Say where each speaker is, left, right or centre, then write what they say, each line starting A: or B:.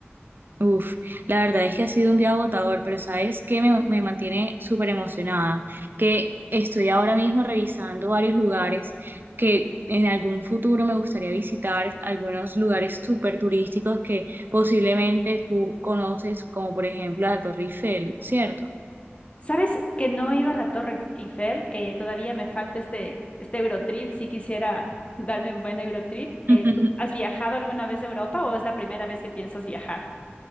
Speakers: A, on the right (about 55°); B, on the left (about 30°).
A: Uf, la verdad es que ha sido un día agotador, pero ¿sabes qué me, me mantiene súper emocionada? Que estoy ahora mismo revisando varios lugares que en algún futuro me gustaría visitar, algunos lugares súper turísticos que posiblemente tú conoces, como por ejemplo la Torre Eiffel, ¿cierto?
B: ¿Sabes que no he ido a la Torre Eiffel? Eh, todavía me falta este, este Eurotrip, si quisiera <laughs> darme un buen Eurotrip. Eh,
A: <laughs>
B: ¿tú has viajado alguna vez a Europa o es la primera vez que piensas viajar?